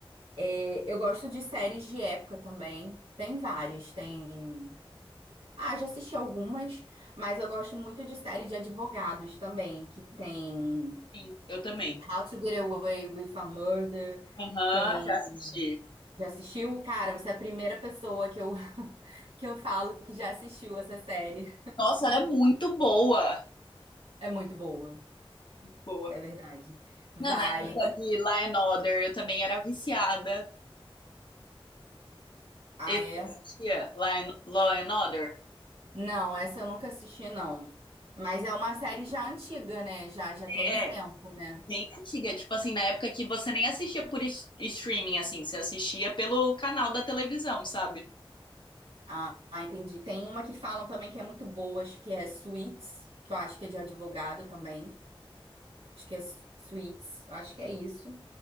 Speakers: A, on the right; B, on the left.
A: É, eu gosto de séries de época também. Tem várias. Tem. Ah, já assisti algumas, mas eu gosto muito de série de advogados também, que tem
B: Sim, eu também.
A: How to Get Away with a Murder,
B: Aham,
A: tem...
B: já assisti.
A: Já assistiu? Cara, você é a primeira pessoa que eu, <laughs> que eu falo que já assistiu essa série.
B: Nossa, ela é muito boa.
A: É muito boa,
B: Muito boa.
A: é verdade. Vai.
B: Não, na época de Law and Order, eu também era viciada.
A: Ah,
B: Esse
A: é?
B: eu assistia, Law and Law and Order.
A: Não, essa eu nunca assisti, não. Mas é uma série já antiga, né? Já, já tem
B: É,
A: um tempo, né?
B: Bem antiga, tipo assim, na época que você nem assistia por es- streaming, assim, você assistia pelo canal da televisão, sabe?
A: Ah, entendi. Tem uma que falam também que é muito boa, acho que é Suits, que eu acho que é de advogado também. Acho que é Su- Suits, acho que é isso.